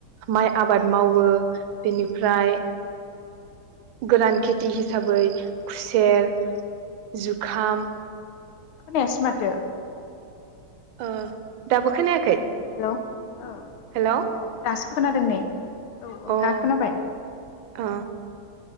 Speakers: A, on the right (about 75°); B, on the left (about 80°).
A: माइ आबाद मावो बेनिफ्राय गोरान खेथि हिसाबै खुसेर, जुखाम
B: खोनायासै माथो।
A: ओ दाबो खोनायाखै?
B: हेलौ अ
A: हेलौ
B: दासो खोनादों नै। औ औ
A: ओ
B: दा खोनाबाय।
A: अ।